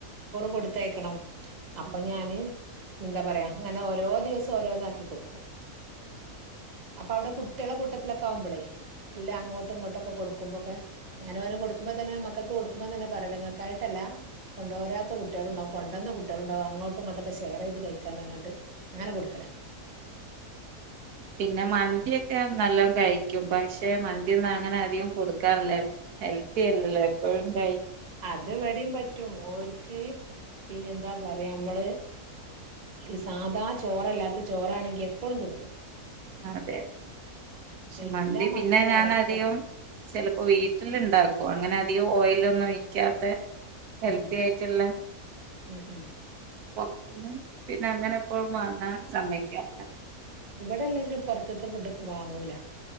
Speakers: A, on the right; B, on the right.
A: കൊടുത്തയക്കണം അപ്പൊ
B: ഉം
A: ഞാന് എന്താ പറയാ അങ്ങനെ ഓരോ ദിവസം ഓരോന്നാക്കി കൊടുക്കും. അപ്പൊ അവിടെ കുട്ടികളെ കൂട്ടത്തിലൊക്കെ ആകുമ്പോളേ എല്ലാം അങ്ങോട്ടും ഇങ്ങോട്ടക്കെ കൊടുക്കുമ്പോക്കെ ഞാൻ അവന് കൊടുക്കുമ്പോ തന്നെ മക്കക്ക് കൊടുക്കുമ്പോ തന്നെ പറ നിങ്ങൾക്കായിട്ടല്ല കൊണ്ടു പോരാത്ത കുട്ടികളുണ്ടാവകും കൊണ്ടന്ന കുട്ടികളുണ്ടാവും അങ്ങോട്ടും ഇങ്ങോട്ടൊക്കെ ഷെയർ ചെയ്ത് കഴിക്കാനായിട്ട് അങ്ങനെ കൊടുക്കല.
B: പിന്നെ മന്തിയൊക്കെ നല്ലോ കഴിക്കും, പക്ഷെ മന്തി ഒന്നും അങ്ങനെ അധികം കൊടുക്കാറില്ല ഹെൽത്തി അല്ലല്ലോ എപ്പോഴും കഴ
A: അത് ഇവിടെയും പറ്റും ഓർക്ക് പിന്നെ എന്താ പറയാ നമ്മള്, ഈ സാധാ ചോറല്ലാത്ത ചോറാണെങ്കി എപ്പോഴും തിന്നോളൂ.
B: അതെ പക്ഷെ
A: എല്ലാ
B: മന്തി
A: മക്കളെയും
B: പിന്നെ ഞൻ
A: അവസ്ഥ
B: അധികം
A: ഉം
B: ചിലപ്പോ വീട്ടിൽ ഉണ്ടാക്കും, അങ്ങനെ അധികം ഓയിലൊന്നും ഒഴിക്കാത്തെ ഹെൽത്തി
A: ഉം
B: ആയിട്ടുള്ളേ
A: ഉം ഉം
B: <unintelligible> പിന്നെ അങ്ങനെ എപ്പോഴും വാങ്ങാൻ സമ്മയിക്കാറില്ല.
A: ഇവിടെ അല്ലെങ്കിലും പുറത്തത്തെ ഫുഡൊക്കെ വാങ്ങൂല